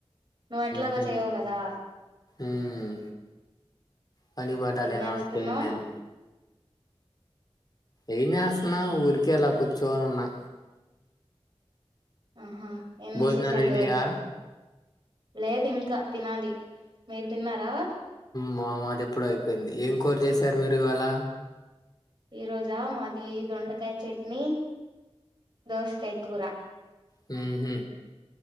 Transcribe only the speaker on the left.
మ్హూ,
మ్. పని పాటాలేనా
చేయను నేను ఏం చేస్తున్నా ఊరికే ఎలా కూర్చోని ఉన్నా
భోజనాలు అయినాయా
మామ అది ఎప్పుడు అయిపోయింది ఏం కూర చేసారు మీరు ఇవాళ
హ హ